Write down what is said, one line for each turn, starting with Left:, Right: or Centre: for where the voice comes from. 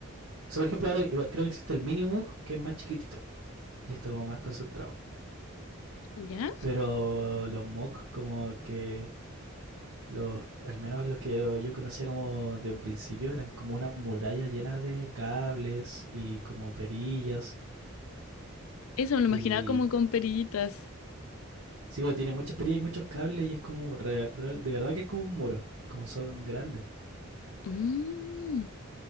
Right: O sea, por ejemplo, ahora igual creo que existe el mini MOOC que es más chiquitito y está como más concentrado.
Left: ¿Ya?
Right: Pero los MOOC como que los, al menos los que yo, yo conocía como de un principio, eran como una muralla llena de cables y como perillas
Left: Eso me lo
Right: y
Left: imaginaba como con perillitas.
Right: Sí, pero tiene mucha perilla y muchos cables y es como, real- real- de verdad que es como un muro, es como son grandes.
Left: Mm.